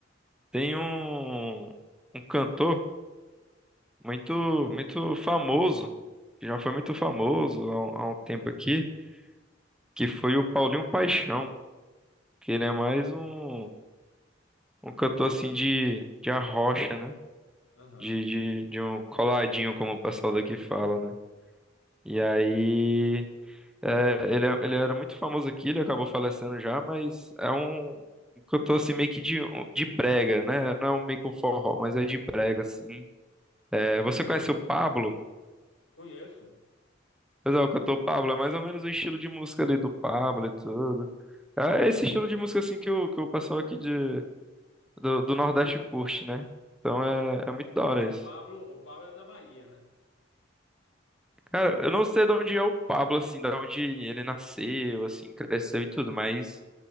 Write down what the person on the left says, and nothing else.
Aham.
Conheço.
Mas
o
Pablo, o Pablo é da Bahia, né?